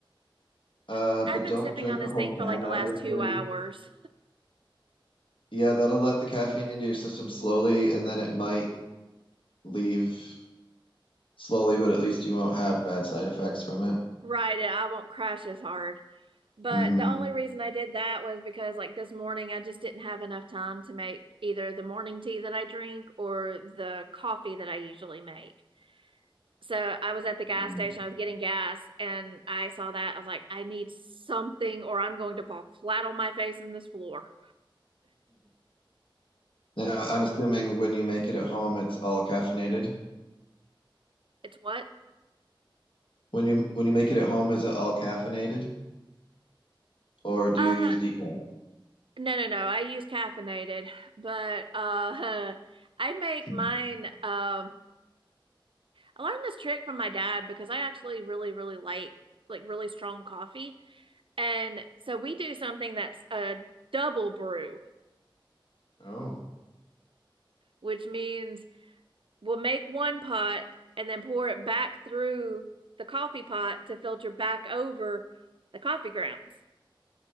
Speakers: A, on the left; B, on the right.
A: uh,
B: I-
A: but
B: I've been
A: don't
B: sipping
A: drink
B: on this
A: the whole
B: thing
A: can,
B: for like the
A: obviously.
B: last two hours.
A: Yeah, that'll let the caffeine into your system slowly, and then it might leave slowly, but at least you won't have bad side effects from it.
B: Right, and I won't crash as hard. But
A: hmm
B: the only reason I did that was because like this morning I just didn't have enough time to make either the morning tea that I drink or the coffee that I usually make. so I was at the gas
A: <laughs>
B: station, I was getting gas, and I saw that. I was like, I need something, or I'm going to fall flat on my face in this floor.
A: Now, I'm assuming when you make it at home, it's all caffeinated.
B: It's what?
A: When you when you make it at home, is it all caffeinated, or do
B: Uh,
A: you use decaf?
B: no, no, no. I use caffeinated, but uh, <laughs> I make
A: Hmm.
B: mine. Um, I learned this trick from my dad because I actually really, really like like really strong coffee, and so we do something that's a double brew,
A: Oh.
B: which means we'll make one pot and then pour it back through the coffee pot to filter back over the coffee grounds.